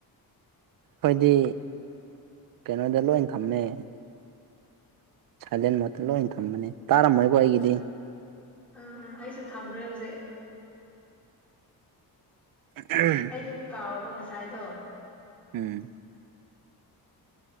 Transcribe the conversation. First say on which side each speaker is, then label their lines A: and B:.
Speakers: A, on the right; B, in the centre.
A: ꯑꯩꯈꯣꯏꯗꯤ ꯀꯩꯅꯣꯗ ꯂꯣꯏ ꯊꯝꯃꯦ ꯁꯥꯏꯂꯦꯟꯃ ꯂꯣꯏ ꯊꯝꯕꯅꯦ ꯇꯥꯔꯝꯃꯣꯏꯀꯣ ꯑꯩꯒꯤꯗꯤ
B: ꯎꯝ ꯎꯝ ꯎꯝ ꯑꯩꯁꯨ ꯊꯝꯈ꯭ꯔꯦ ꯍꯧꯖꯤꯛ
A: ꯎꯝ
B: ꯑꯩꯗꯣ ꯀꯥꯎꯕ ꯉꯁꯥꯏꯗꯣ
A: ꯎꯝ